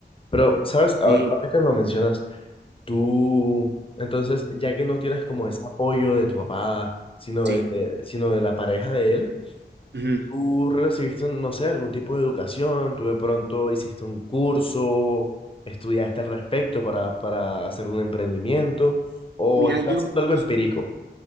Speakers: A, on the left; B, on the right.
A: Pero, ¿sabes? Ahora,
B: Sí,
A: ahora que lo mencionas. Tú, entonces, ya que no tienes como ese apoyo de tu papá, sino
B: sí.
A: de, sino de la pareja de él,
B: Ujú.
A: tú recibiste, no sé, algún tipo de educación, tú de pronto hiciste un curso, estudiaste al respecto para, para hacer un emprendimiento, o
B: Mira,
A: estás
B: yo
A: haciendo
B: jus-
A: algo empírico.